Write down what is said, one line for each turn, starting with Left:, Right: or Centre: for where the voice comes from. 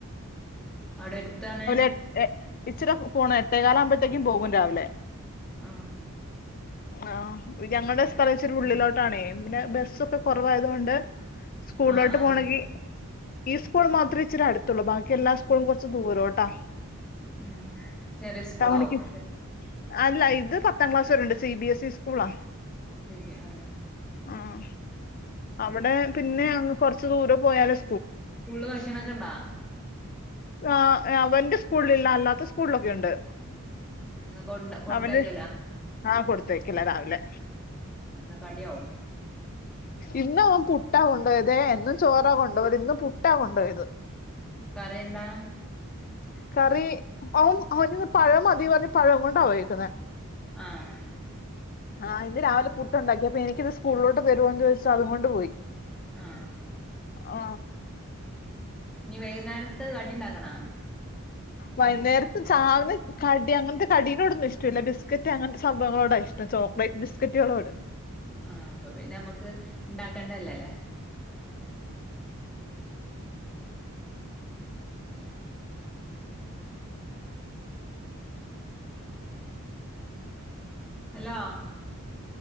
Centre: ആ അവിടെ എടുത്താണ്
Left: എട്ട്- എ ഇച്ചിരി പോണം എട്ടേക്കാല ആവുമ്പോഴത്തേക്കും പോകും രാവിലെ
Centre: ആ
Left: ആ ഞങ്ങളുടെ സ്ഥലം ഇച്ചിരി ഉള്ളിലോട്ടാണേ പിന്നെ ബസ്സൊക്കെ കുറവായത്കൊണ്ട് സ്കൂളിലോട്ട്
Centre: ആഹ് ആഹ്
Left: പോണെങ്കി ഈ സ്കൂൾ മാത്രേ ഇച്ചിരി അടുത്തുള്ളൂ ബാക്കി എല്ലാ സ്കൂളും കുറച്ച് ദൂരോട്ടാ
Centre: ഉം ചെറിയ സ്കൂളാവും
Left: ടൗണിക്ക് അല്ല ഇത് പത്താം ക്ലാസ് വരെണ്ട് സി ബി എസ് ഇ സ്കൂളാ.
Centre: പി പി ആ
Left: ആഹ് അവിടെ പിന്നെ അങ്ങ് കൊറച്ച് ച്ച് ദൂരം പോയാലും
Centre: സ്കൂളില് ഭക്ഷണക്കെ ഇണ്ടാ
Left: ആ അവന്റെ സ്കൂളിലില്ല അല്ലാത്ത സ്കൂളിലൊക്കെ ഉണ്ട്.
Centre: ഇന്ന് കൊണ്ട് കൊടുത്തയക്കലാ
Left: അവന് ആ കൊടുത്തയക്കലാ രാവിലെ
Centre: എന്താ കടിയാവും
Left: ഇന്ന് അവൻ പുട്ടാ കൊണ്ടു പോയതേ. എന്നും ചോറാ കൊണ്ടുപോവല്. ഇന്ന് പുട്ടാ കൊണ്ടു പോയത്.
Centre: കറിയെന്താ?
Left: കറി അവൻ അവനിന്ന് പഴം മതി മതിന്ന്പറഞ്ഞ് പഴം കൊണ്ടാ പേയേക്കുന്നെ
Centre: ആഹ്
Left: ആ ഇന്ന് രാവിലെ പുട്ടുണ്ടാക്കി. അപ്പ എനിക്കിന്ന് സ്കൂളിലോട്ട് തരുമോന്ന് ചോദിച്ച് അതുകൊണ്ട് പോയി
Centre: ആ
Left: ആ
Centre: ഇനി വൈകുന്നേരത്ത് കടി ഉണ്ടാക്കണാ
Left: വൈകുന്നേരത്ത് ചാവിന് കടി അങ്ങനത്തെ കടീനോടൊന്നും ഇഷ്ടല്ല. ബിസ്ക്കറ്റ് അങ്ങനത്തെ സംഭവങ്ങളോടാ ഇഷ്ടം. ചോക്ലേറ്റ് ബിസ്ക്കറ്റുകളോട്
Centre: ആഹ് അപ്പൊ പിന്നെ നമ്മക്ക് ഇണ്ടാക്കണ്ടല്ലല്ലേ ഹലോ